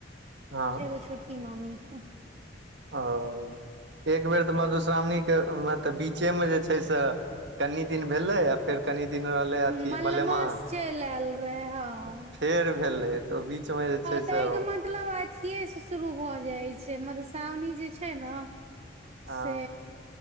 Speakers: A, on the right; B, on the right.
A: हँ
B: एगो छुट कि मामी कऽ
A: ओ एक बेर तऽ मधुश्रावणी के तऽ बीचे मे जे छै से कनी दिन भेलै आ फेर कनि दिन रहलै अथि
B: मलमा
A: मलेमास
B: से चलि आयल रहे हँ
A: आ फेर भेलै तऽ बीचमे जे
B: आ
A: छै
B: ताहि
A: से
B: के
A: ओ
B: मतलब अथिएसँ शुरू भऽ जाइ छै मधुश्रावणी जे छै ने
A: ओ
B: से